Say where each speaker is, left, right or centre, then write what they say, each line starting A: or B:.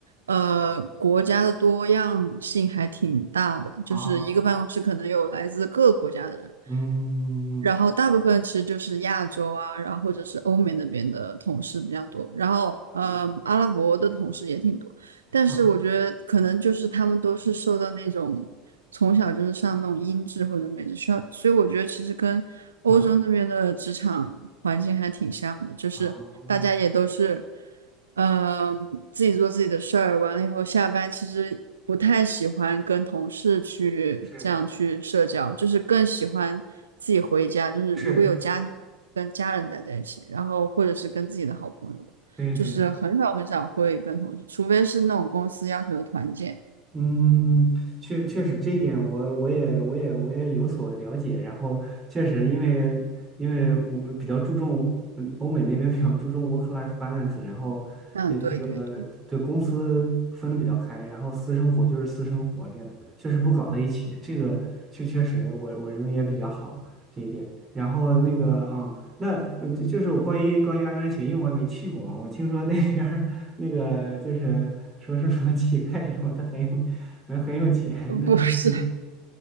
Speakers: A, on the right; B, on the right.
A: 呃，国家的多样性还挺大的，就是一个办公室可能有来自各个国家的人，
B: 哦，嗯
A: 然后大部分其实就是亚洲啊，然后或者是欧美那边的同事比较多，然后，嗯、
B: 嗯
A: 呃，阿拉伯的同事也挺多。但是我觉得可能就是他们都是受到那种
B: 啊
A: 从小就是上那种音质或者美制学校，所以我觉得其实跟欧洲那边的职场环境还挺像的，
B: 啊
A: 就是大家也都是，
B: 哦，
A: 嗯、自己做自己的事儿，完了以后下班其实不太喜欢跟同事去这样去社交，
B: 是
A: 就是更喜欢自己回家，就是如果有家庭跟家人待在一起，
B: 是，
A: 然后或者是跟自己的好朋友吧。
B: 对对对。
A: 就是很少很少会跟同事，除非是那种公司要求的团建。
B: 嗯，确确实这一点我我也我也我也有所了解。然后确实因为因为我比较注重嗯欧美那边比较注重 work-life balance，然后呃那个对公司分的比较开，
A: 嗯，对对对，
B: 然后私生活就是私生活，这样确实不搞在一起。这个确确实我我认为也比较好这一点。然后那个嗯，那嗯就是我关于关于安联协因为我也没去过嘛，我听说那边儿那个就是说是什么乞丐什么，他很有没有很有钱，
A: <laughs> 呃不是，
B: 那是嗯